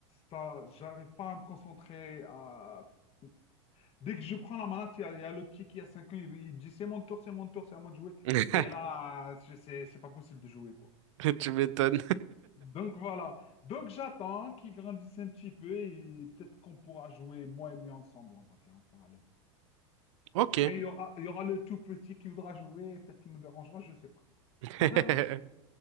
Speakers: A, on the left (about 40°); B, on the right (about 75°).
A: ça, j'arrive pas à me concentrer. à- Dès que je prends la manette, il y a, il y a le petit qui a 5 ans, il, il dit c'est mon tour, c'est mon tour, c'est à moi de jouer.
B: <laughs>
A: Et là, c'est c'est- c'est pas possible de jouer, quoi.
B: Tu m'étonnes.
A: Donc voilà. Donc j'attends qu'il grandisse un petit peu et peut-être qu'on pourra jouer, moi et lui ensemble, on va dire, en parallèle.
B: Ok.
A: Après, il y aura, il y aura le tout petit qui voudra jouer, et peut-être qu'il nous dérangera, je ne sais pas.
B: <laughs>
A: On verra.